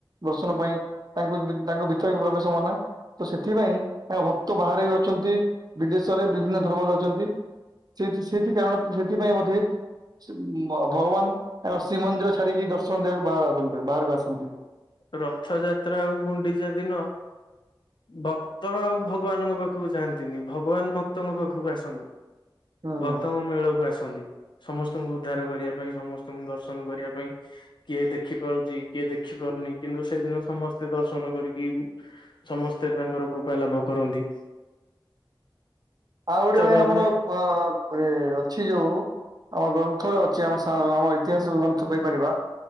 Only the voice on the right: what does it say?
ଦର୍ଶନ ପାଇଁ ତାଙ୍କୁ ତାଙ୍କ ଭିତରେକୁ ପ୍ରବେଶ <unintelligible> ତ ସେଥିପାଇଁ <unintelligible> ଭକ୍ତ ବାହାରେ ବି ଅଛନ୍ତି ବିଦେଶରେ ବିଭିନ୍ନ ଧର୍ମରେ ଅଛନ୍ତି। ସେ <unintelligible> ଭଗବାନ ଆ ଶ୍ରୀମନ୍ଦିର ଛାଡିକି ଦର୍ଶନ ଦେବାକୁ ବାହାର ଆସନ୍ତୁ ବାହାରକୁ ଆସନ୍ତି।
<unintelligible>
ଆଉ ଗୋଟେ
ଭାଇ
ଆମର ପ ମ ଅଛି ଯୋଉ ଆମ ଗ୍ରନ୍ଥରେ ଅଛି <unintelligible> ଇତିହାସରେ ଗ୍ରନ୍ଥ କହିପାରିବା।